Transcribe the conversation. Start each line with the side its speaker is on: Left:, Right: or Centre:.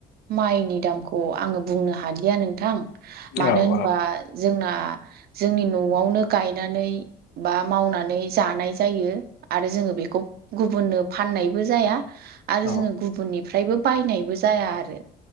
Right: माइनि दामखौ आङो बुंनो हालिया नों थां मानो
Left: औ औ
Right: होनबा जोंना जोंनि न'आवनो गायनानै बा मावनानै जानाय जायो। आरो जोङो बेखौ गुबुननो फाननायबो जाया आरो
Left: औ
Right: जोङो गुबुननिफ्रायबो बायनायबो जाया आरो